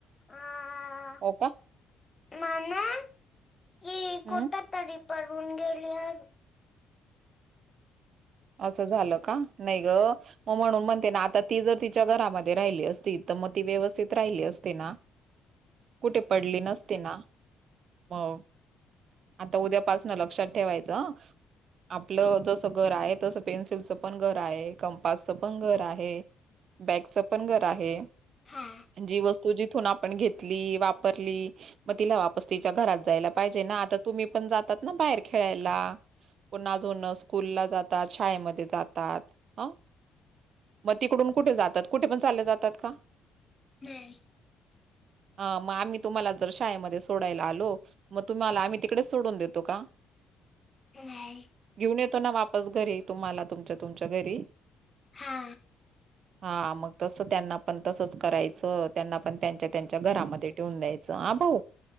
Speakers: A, on the left; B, on the right.
A: अ
B: हो का
A: मना की
B: हम्
A: कुठ तरी पडून गेली होती
B: असं झालं का नाही ग मग म्हणून म्हणते ना आता ती जर तिच्या घरामध्ये राहिली असती तर मग ती व्यवस्थित राहिली असते. ना कुठे पडली नसते. ना मग आता उद्यापासनं लक्षात ठेवायचं आपलं जसं घर आहे. तसं पेन्सिलचं पण घर आहे कंपासचं पण घर आहे. बॅगचं पण घर आहे.
A: हां
B: जी वस्तू जिथून आपण घेतली वापरली. मग तिला वापस तिच्या घरात जायला पाहिजे. ना आता तुम्ही पण जातात ना बाहेर खेळायला पण अजूनून स्कूलला जातात शाळेमध्ये जातात. ह मग तिकडून कुठे जातात. कुठे पण चाले जातात का
A: नाही
B: अ मग आम्ही तुम्हाला जर शाळेमध्ये सोडायला आलो. मग तुम्ही मला आम्ही तिकडे सोडून देतो. का
A: नाही
B: घेऊन येतो ना वापस घरी तुम्हाला तुमच्या तुमच्या घरी
A: हा
B: हा मग तसं त्यांना पण तसच करायचं त्यांना पण त्यांच्या त्यांच्या घरामध्ये ठेवून द्यायचं हा भाऊ